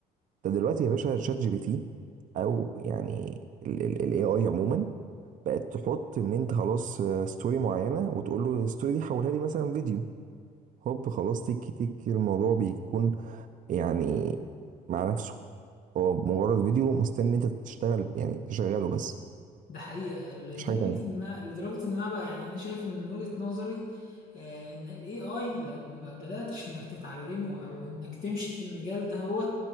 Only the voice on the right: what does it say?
ده دلوقتي يا باشا شات جي بي تي او يعني الاي اي عموما بقت تحط ان انت خلاص آه، ستوري معينه وتقول له الستوري دي حولها لي مثلا فيديو هوب خلاص تك تك الموضوع بيكون يعني مع نفسه هو مجرد فيديو مستني انت تشتغل يعني تشغله بس
مفيش حاجه تانيه